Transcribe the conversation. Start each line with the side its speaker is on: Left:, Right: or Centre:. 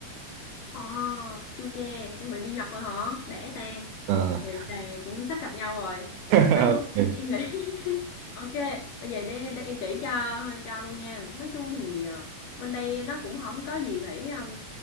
Left: ờ chu che, chuẩn bị đi Nhật rồi hả? Để ta.
Right: Ờ.
Left: Vậy
Right: <laughs>
Left: là cũng sắp gặp nhau rồi.
Right: Ok.
Left: Văn hóa thì em nghĩ. <laughs> Ok, bây giờ để, để em chỉ cho cho luôn nha. Nói chung thì ờ, bên đây nó cũng không có gì phải ừm,